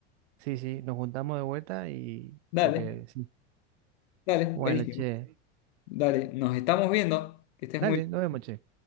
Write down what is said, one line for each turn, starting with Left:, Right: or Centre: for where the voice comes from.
Right: sí, sí, nos juntamos de vuelta y
Left: Dale,
Right: porque, sí.
Left: dale,
Right: Bueno,
Left: buenísimo.
Right: che,
Left: Dale, nos estamos viendo. Que estés
Right: dale,
Left: muy bien.
Right: nos vemos, che.